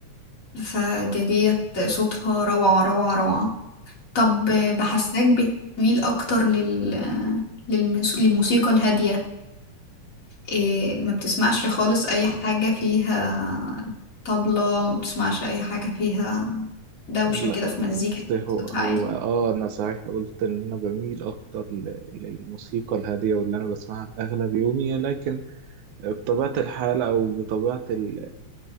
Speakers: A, on the left (about 30°); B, on the right (about 85°).
A: فديت صوتها روعة روعة روعة طب
B: يعني
A: بحساك بتميل أكتر لل... للمس... للموسيقى الهادية إيه ما بتسمعش خالص أي حاجة فيها طبلة ما بتسمعش أي حاجة فيها دوشة
B: لا
A: كده في مزيكا
B: بس هو
A: صوتها
B: هو
A: عالي
B: اه انا صحيح قلت ان انا بميل اكتر ل- للموسيقى الهادية واللي انا بسمعها في اغلب يومي لكن بطبيعة الحال او بطبيعة ال-